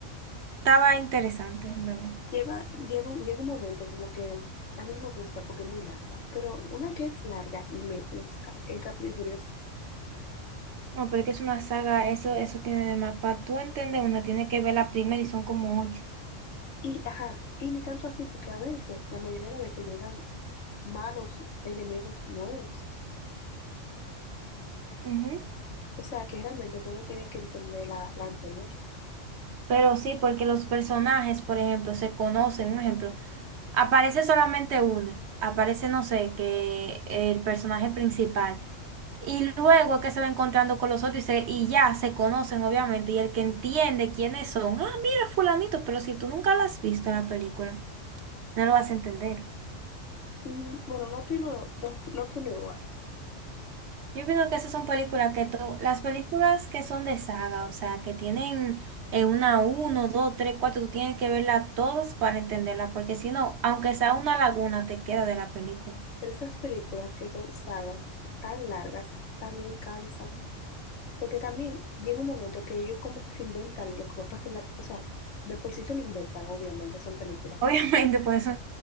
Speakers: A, on the right (about 65°); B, on the left (about 70°).
A: estaba interesante, en verdad.
B: Lleva, lleva, un- llega un momento como que a mí no me gusta porque es muy larga, pero una que es larga y me gusta es Rápido y Furioso.
A: No, pero es que es una saga, eso, eso tiene de mapa. Tú entiendes, una tiene que ver la primera y son como ocho.
B: Y, ajá, y ni tanto así porque a veces, la mayoría de veces llegan malos enemigos nuevos.
A: Ujú.
B: O sea que realmente tú no tienes que entender la, la anterior.
A: Pero sí, porque los personajes, por ejemplo, se conocen. Un ejemplo, aparece solamente uno. Aparece, no sé, que el personaje principal. Y luego es que se va encontrando con los otros y, se- y ya se conocen, obviamente. Y el que entiende quiénes son, ah, mira, fulanito, pero si tú nunca la has visto la película, no lo vas a entender.
B: Mm, Bueno, no opino, lo- no, op- no opino igual,
A: Yo pienso que esas son películas que to- las películas que son de saga, o sea, que tienen eh, una, uno, dos, tres, cuatro, tú tienes que verlas todas para entenderla, porque si no, aunque sea una laguna, te queda de la película.
B: pero esas películas que son sagas tan largas también cansan. Porque también llega un momento que ellos como que se inventan lo que va a pasar en la, o sea, de por sí se lo inventan, obviamente, son películas,
A: <laughs> Obviamente, por eso,